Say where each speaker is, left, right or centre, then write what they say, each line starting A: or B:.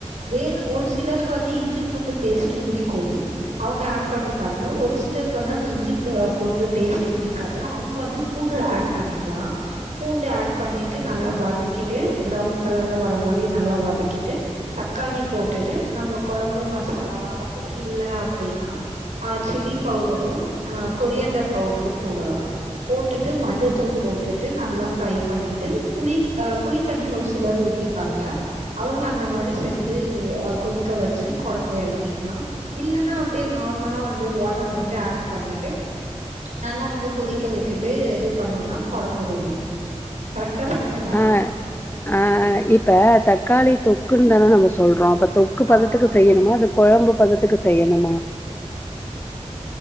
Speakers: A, on the right; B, on the left.
A: வேணு ஒரு சிலர்க்கு வந்து இஞ்சி பூண்டு பேஸ்ட்டு பிடிக்கும் அவுங்க ஆட் பண்ணிப்பாங்க ஒரு சிலருக்கு வந்து அந்த இஞ்சி பூண்டு டேஸ்ட்டு பிடிக்காது அவுங்க வந்து பூண்டு ஆட் பண்ணிக்கலா பூண்டு ஆட் பண்ணிட்டு நல்லா வதக் வதக்கிட்டு ப்ரவுன் கலர்ல வர மாரி நல்லா வதக்கிட்டு தக்காளி போட்டுட்டு நம்ம குழம்பு மசாலா அப்படி இல்ல அப்டினா அ சில்லி பவுடரும் ஆ கொரியான்டர் பவுடரு போடலா போட்டுட்டு மஞ்சத்தூள் போட்டுட்டு நல்லா ஃப்ரை பண்ணிட்டு புளி புளித்தண்ணியு ஒரு சிலர் ஊத்தி இருப்பாங்க அவுங்க அந்த மாரி செஞ்சு கொதிக்க வச்சு குழம்பு இறக்கிக்கலாம் இல்லன்னா அப்படியே நார்மலா வந்து வாட்டர் மட்டு ஆட் பண்ணிட்டு நல்லா வந்து கொதிக்க விட்டுட்டு எது பண்ணுனா கொழம்பு ரெடி கரெக்டா சொன்னேனா
B: அ அ இப்ப தக்காளி தொக்குன்னு தான நம்ம சொல்றோ அப்ப தொக்கு
A: ஆ
B: பதத்துக்கு செய்யணுமா அது கொழம்பு பதத்துக்கு செய்யணுமா